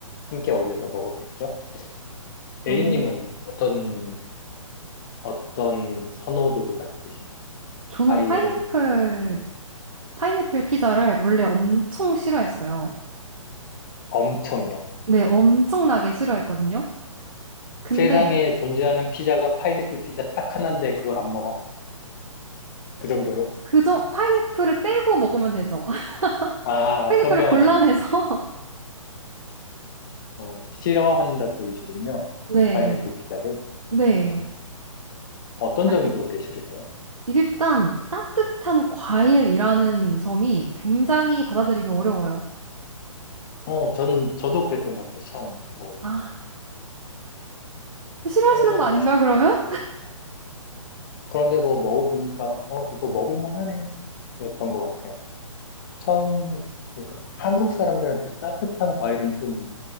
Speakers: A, on the left (about 35°); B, on the right (about 75°).
A: 함께 어울려서 먹었겠죠? A님은
B: 음,
A: 어떤, 어떤 선호도를 가지고 계시나요?
B: 저는
A: 파인애플
B: 파인애플,
A: 피자에 대해.
B: 파인애플 피자를 원래 엄청 싫어했어요.
A: 엄청이요.
B: 네, 엄청나게 싫어했거든요. 근데
A: 세상에 존재하는 피자가 파인애플 피자 딱 하나인데 그걸 안 먹어? 그 정도로?
B: 그정 파인애플을 빼고 먹으면 되죠. <laughs>
A: 아,
B: 파인애플을
A: 현명하시네.
B: 골라내서 <laughs>
A: 요 싫어한다 쪽이시군요.
B: 네,
A: 파인애플 피자를.
B: 네.
A: 어, 어떤
B: 약-
A: 점이 그렇게 싫으세요?
B: 일단 따뜻한 과일이라는 점이 굉장히 받아들이기 어려워요.
A: 어, 전, 저도 그랬던 것 같아요, 처음에 먹을
B: 아,
A: 때.
B: 싫어하시는
A: 그런데
B: 거
A: 뭐,
B: 아닌가요, 그러면?
A: 그런데 뭐 먹어보니까, 어, 이거 먹을만 하네, 였던 것 같아요. 처음, 그러니까 한국 사람들한테 따뜻한 과일은 좀